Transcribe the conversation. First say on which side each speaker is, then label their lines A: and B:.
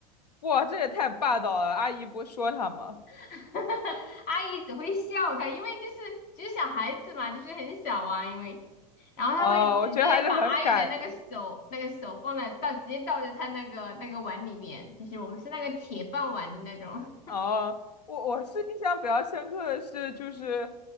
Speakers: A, on the left; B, on the left.
A: 哇，这也太霸道了！阿姨不说他吗？
B: <laughs> 阿姨只会笑他，因为就是就是小孩子嘛，就是很小啊，因为，然后他会直接把阿姨的那个手那个手放在倒，
A: 哦，我觉得还是很敢的。
B: 直接倒在他那个那个碗里面，就是我们是那个铁饭碗的那种。
A: 哦，我我是印象比较深刻的是，就是，